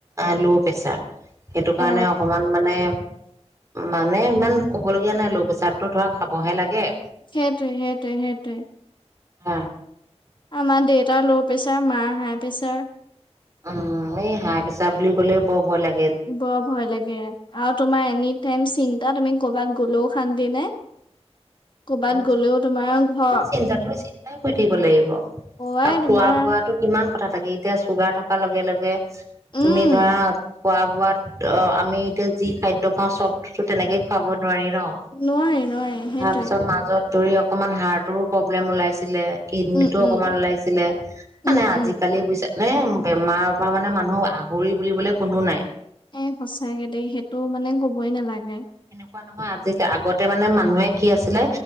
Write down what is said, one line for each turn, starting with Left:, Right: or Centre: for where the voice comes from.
Right: ল' প্ৰেচাৰ সেইটো
Left: অ
Right: কাৰণে অকমান মানে মানে ইমান ক'ব লগগীয়া নাই লো প্ৰেচাততো ধৰা খাবহে লাগে
Left: সেইটোৱে সেইটোৱ সেইটোৱে
Right: হ
Left: আমা দেতাৰ ল' প্ৰেচাৰ মাৰ হাই প্ৰেছাৰ
Right: উম এই হাই পেচাৰ বুলি ক'লেও বৰ ভয় লাগে
Left: বৰ ভয় লাগে আৰু তোমাৰ এনি টাইম চিন্তা তুমি কৰ'বাত গলও শান্তি নাই কৰ'বাত
Right: ন
Left: গ'লেও তোমাৰ ঘৰ
Right: চিন্তা তুমি চিন্তাই কৰি থাকিব লাগিব
Left: অৱাই
Right: আৰু খোৱা
Left: তোমাৰ
Right: বোৱাটো কিমান কথা থাকে এতিয়া চুগাৰ থকাৰ লগে লগে তুমি
Left: উম
Right: ধৰা খোৱা বোৱাত অ আমি এতিয়া যি খাদ্য খাওঁ চবটোটো তেনেকেই খুৱাব নোৱাৰি ন
Left: নোৱাৰি নোৱাৰি সেইটোয়ে
Right: তাৰপিছত মাজত ধৰি অকমান হাৰ্টৰো প্ৰব্লেম ওলাইছিলে কডনীতো
Left: উম উম
Right: অকমান ওলাইছিলে মানে
Left: উম
Right: আজিকালি
Left: উম
Right: বুজা নে বেমাৰৰ পৰা মানে মানুহ আহৰি বুলিবলে কোনো নাই
Left: এ সঁচাকে দেই সেইটো মানে কবই নালাগে
Right: এনেকোৱা নহয় আজি আগতে মানে মানুহে সি আছিলে